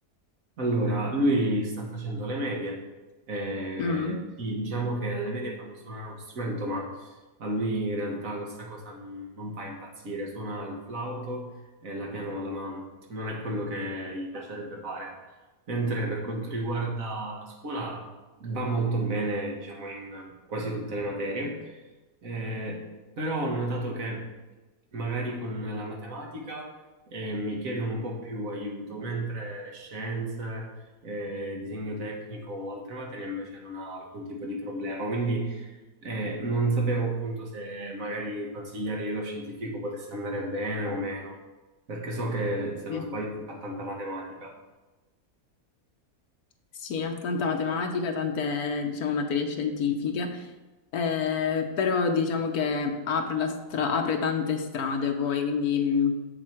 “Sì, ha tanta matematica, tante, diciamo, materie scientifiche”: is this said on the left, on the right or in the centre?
Left